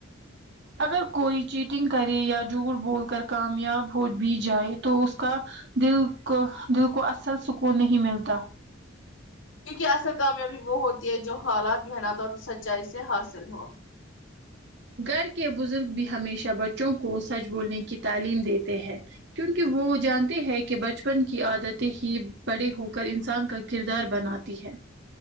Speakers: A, on the right; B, on the left.
A: اگر کوئی چیٹنگ کرے یا جھوٹ بول کر کامیاب ہو بھی جائے تو اس کا دل کو دل کو اصل سکون نہیں ملتا
B: کیونکہ اصل کامیابی وہ ہوتی ہے جو حالات محنت اور سچائی سے حاصل ہو
A: گھر کے بزرگ بھی ہمیشہ بچوں کو سچ بولنے کی تعلیم دیتے ہیں کیونکہ وہ جان تے ہیں کہ بچپن کی عادتیں ہی بڑے ہو کر انسان کا کردار بناتی ہیں